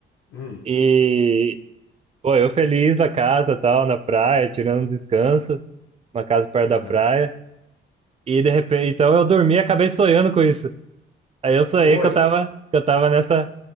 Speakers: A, on the left; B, on the right.
A: Hum,
B: E, pô, eu feliz na casa, tal, na praia, tirando um descanso, uma casa perto
A: aham.
B: da praia. E de repente, então eu dormi e acabei sonhando com isso. Aí eu sonhei
A: Foi?
B: que eu tava, que eu tava nessa.